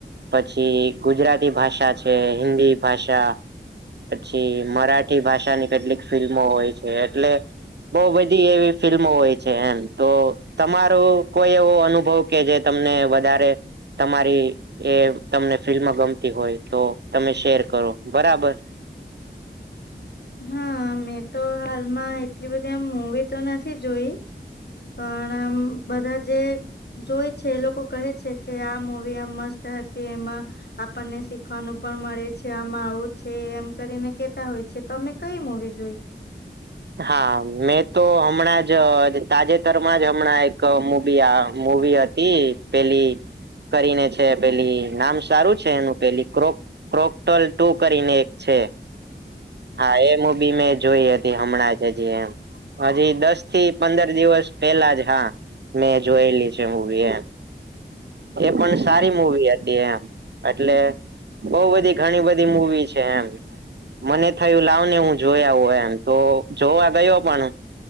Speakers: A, on the right; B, on the left.
A: પછી ગુજરાતી ભાષા છે, હિન્દી ભાષા છી. મરાઠી ભાષાની કેટલીક ફિલ્મો હોય છે. એટલે બહુ બધી એવી ફિલ્મો હોય છે એમ. તો તમારો કોઈ એવો અનુભવ કે જે તમને વધારે તમારી એ તમને ફિલ્મ ગમતી હોય તો તમે શેર કરો બરાબર.
B: હા મેં તો હાલમાં એટલી બધી એમ મુવી તો નથી જોઈ. પણ આમ બધા જે જોવે છે એ લોકો કહે છે કે આ મુવી આમ મસ્ત હતી. એમાં આપણને શીખવાનું પણ મળે છે આમાં આવું છે, એમ કરીને કેતા હોય છે. તમે કઈ મૂવી જોઈ?
A: હા મેં તો હમણાં જ અ તાજેતરમાં જ હમણાં એક મુબી આ મુવી અત ઈ પેલી કરીને છે પેલી નામ સારું છે એનું પેલી ક્રોક ક્રોકટલ ટુ કરીને એક છે. હા એ મુબી મેં જોઈ હતી હમણાં જજી એમ હજી દસથી પંદર દિવસ પેલા જ હા મેં જોયેલી છે મુવી એમ. એ પણ સારી મૂવી હતી એમ. એટલે બહુ બધી ઘણી બધી મુવી છે એમ. મને થયું લાવ ને હું જોઈ આવું એમ તો જોવા ગયો પણ